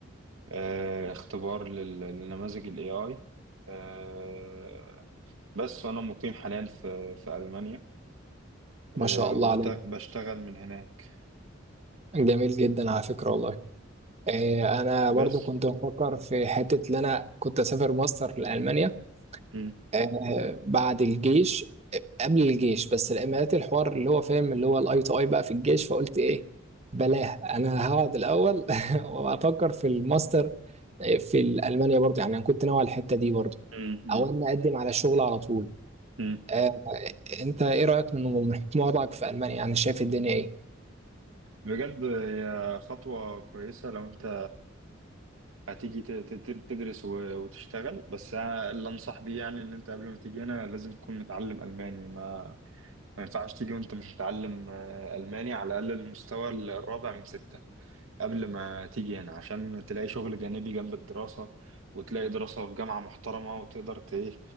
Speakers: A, on the right (about 75°); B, on the right (about 35°).
A: آه، اختبار لل- لنماذج ال AI آه، بس وأنا مقيم حاليا في في ألمانيا آه،
B: ما شاء الله
A: وبشت-
B: عليك
A: بشتغل من هناك
B: جميل جدا على فكرة والله اه، انا برضو
A: بس
B: كنت بفكر في حتة ان انا كنت اسافر ماستر لألمانيا
A: م-
B: اه، بعد الجيش قبل الجيش بس الامارات الحوار اللي هو فاهم اللي هو الاي تو اي بقى في الجيش فقلت ايه بلاه انا هقعد الاول <laughs> وافكر في الماستر آه، في المانيا برضه يعني انا كنت ناوي على الحته دي برضه
A: م- م-
B: او ان اقدم على شغل على طول
A: م.
B: آه، انت ايه رايك من من حكم وضعك في المانيا يعني شايف الدنيا ايه
A: بجد هي خطوة كويسة لو أنت هتيجي ت- ت- ت- تدرس و- وتشتغل بس أنا اللي أنصح بيه يعني إن أنت قبل ما تيجي هنا لازم تكون متعلم ألماني ما ما ينفعش تيجي وأنت مش متعلم آه، ألماني على الأقل المستوى الرابع من ستة قبل ما تيجي هنا عشان تلاقي شغل جانبي جنب الدراسة وتلاقي دراسة في جامعة محترمة وتقدر ت- إيه